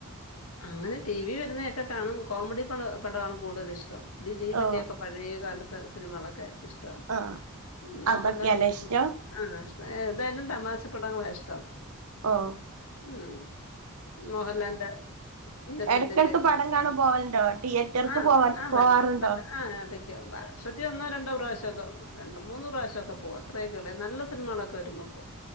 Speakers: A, on the left; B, on the right.
A: അങ്ങനെ ടി വി വരുന്നതൊക്കെ കാണും കോമഡി പടമാണ് കൂടുതലും ഇഷ്ടം ദിലീപിന്റെ
B: ഓ
A: ഒക്കെ പഴയകാല ത്ത സിനിമകളൊക്കെ ഇഷ്ടാണ്
B: ആഹ്
A: മോഹൻലാൻ
B: അതൊക്കെയല്ലേ ഇഷ്ടം
A: ആ ഇഷ്ട ഏതായാലും തമാശപ്പടങ്ങളാ ഇഷ്ടം തം
B: ഓഹ്
A: ഉം മൊഹ ളന്റെ ന്നസെന്റിന്റൊക്കെ
B: എടക്കെടക്ക് പടം
A: സെ
B: കാണാൻ പോവലുണ്ടോ തിയേറ്റർക്ക്
A: ആഹ്
B: പോവാൻ
A: ആഹ്
B: പോവാറുണ്ടോ
A: <unintelligible> വർഷത്തിഒന്നോ രണ്ടോ പ്രാവശ്യക്കെ രണ്ട് മൂന്ന് പ്രാവശ്യൊക്കെ പോവ് അത്രയക്കെള്ള് നല്ല സിനിമകളൊക്കെ വരുമ്പോ പോവും